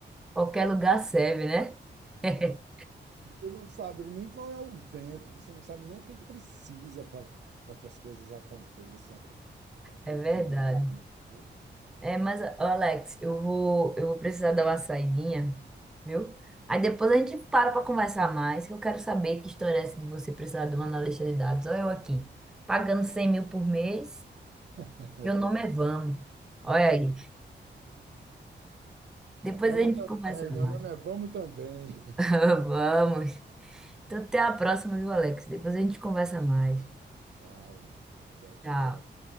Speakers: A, in the centre; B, on the right.
A: Qualquer lugar serve, né? <laughs>
B: Você não sabe nem qual é o vento, você não sabe nem o que precisa para para que as coisas aconteçam, para que
A: É verdade.
B: se realizem, né?
A: É, mas, ó, Alex, eu vou, eu vou precisar dar uma saidinha, viu? Aí depois a gente para para conversar mais, que eu quero saber que história é essa de você precisar de um analista de dados. Olha eu aqui, pagando 100 mil por mês,
B: <laughs>
A: meu nome é Vamos. Olha aí. Depois
B: Vamos
A: a gente
B: também,
A: conversa
B: meu
A: mais.
B: nome é Vamos também.
A: <laughs> Vamos. Então até a próxima, viu, Alex? Depois a gente conversa mais.
B: Claro. Tchau, tchau.
A: Tchau.